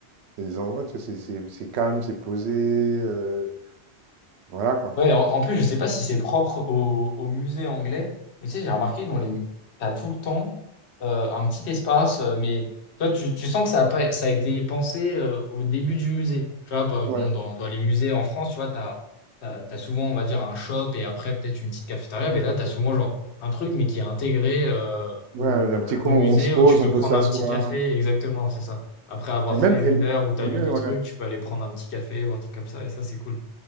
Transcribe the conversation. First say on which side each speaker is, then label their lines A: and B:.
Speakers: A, on the right (about 75°); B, on the left (about 70°).
A: Il y a des endroits, tu vois, c'est c'est- c'est calme, c'est posé. euh, voilà, quoi.
B: Ouais, en, en plus, je sais pas si c'est propre au, au musée anglais, mais tu sais, j'ai remarqué dans les, t'as tout le temps euh, un petit espace, euh, mais toi, tu, tu sens que ça a pas, ça a été pensé euh, au début du musée. Tu vois, bah,
A: Ouais,
B: bon, dans, dans les musées en France, tu vois, t'as, t'as, t'as souvent, on va dire, un shop et après peut-être une petite cafétéria, mais là, t'as souvent genre un truc, mais qui est intégré euh, au,
A: ouais, un petit coin
B: au musée
A: où on se pose,
B: où tu peux
A: on
B: prendre
A: peut s'asseoir.
B: un petit café. Exactement, c'est ça. Après avoir
A: Et même,
B: fait une
A: et,
B: heure où t'as
A: et
B: lu
A: même,
B: des
A: ouais.
B: trucs, tu peux aller prendre un petit café ou un truc comme ça, et ça, c'est cool.